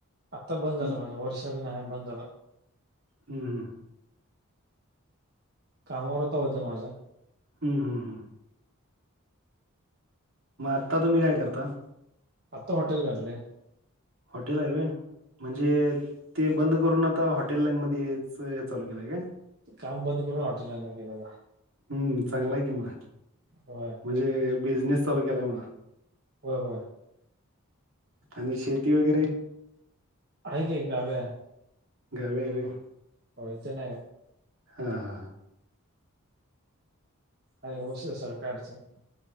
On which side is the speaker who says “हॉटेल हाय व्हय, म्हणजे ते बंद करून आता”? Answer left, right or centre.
Right